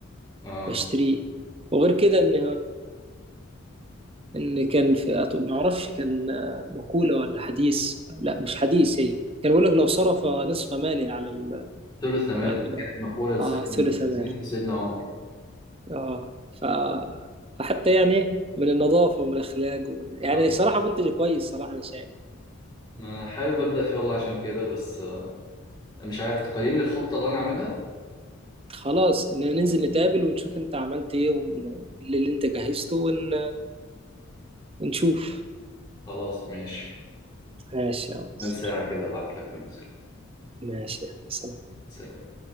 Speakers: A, on the left; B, on the right.
A: اه
B: بشتريه وغير كده ان ان كان في أط- ما اعرفش كان مقوله ولا حديث لا مش حديث هي كان بيقول لك لو صرف نصف ماله على ال...
A: ثلث مال
B: على ال...
A: دي كانت مقوله لسيدنا
B: آه ثلث ماله
A: لسيدنا عمر
B: اه ف... فحتى يعني من النظافة ومن الأخلاق ومن... يعني
A: اه
B: صراحة منتج كويس صراحة أنا شايف
A: ما حابب ابدا فيه والله عشان كده بس مش عارف تقييم للخطة اللي أنا عاملها
B: خلاص ن- ننزل نتقابل ونشوف أنت عملت إيه واللي اللي أنت جهزته ون... ونشوف
A: خلاص ماشي
B: ماشي يا مصر
A: من ساعة كده أبعت لك ننزل
B: ماشي يا سلام
A: سلام